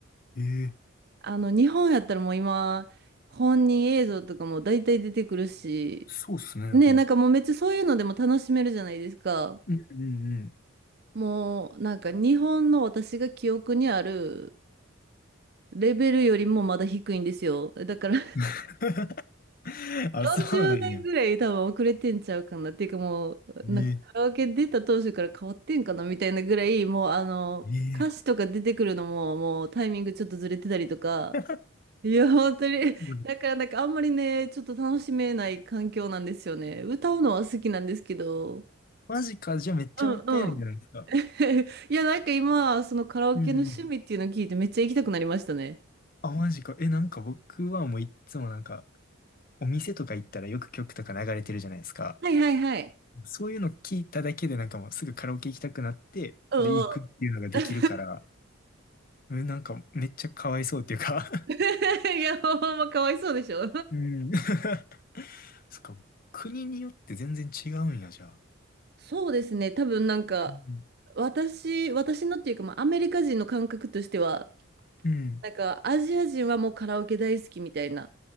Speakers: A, on the left; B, on the right.
A: ええ
B: あの日本やったらもう今、本人映像とかも大体出てくるし、
A: そうっすね、
B: ね、
A: は
B: なんかもうめっちゃそういうのでも楽しめるじゃないですか。
A: い。うんうんうん。
B: もうなんか日本の私が記憶にあるレベルよりもまだ低いんですよ。だから
A: <laughs> あ、
B: 40年ぐらい多分遅れてんちゃうかなっていうかもうなんかカラオケ出た当初から変わってんかなみたいなぐらいもうあの歌詞とか出てくるのももうタイミングちょっとずれてたりとか
A: そうなんや。ええええ <laughs>
B: <laughs> いや本当にだからなんかあんまりねちょっと楽しめない環境なんですよね歌うのは好きなんですけど
A: うんマジか、じゃあめっちゃもったいないんじゃないですか。
B: うんうん <laughs> いやなんか今そのカラオケの趣味っていうのを聞いてめっちゃ行きたくなりましたね
A: うんうんあ、マジか。え、なんか僕はもういっつもなんか、お店とか行ったらよく曲とか流れてるじゃないですか。
B: はいはいはい
A: そういうの聞いただけでなんかもうすぐカラオケ行きたくなって、
B: うんうん
A: で、行くっていうのができるから、
B: <laughs>
A: うん、なんかめっちゃかわいそうっていうか
B: いやほんまかわいそうでしょ
A: <laughs> うん。<laughs> そっか、国によって全然違うんや、じゃあ。
B: そうですね。多分なんか、
A: うん。
B: 私、私のっていうか、まあ、アメリカ人の感覚としては、
A: うん
B: なんか、アジア人はもうカラオケ大好きみたいな、っ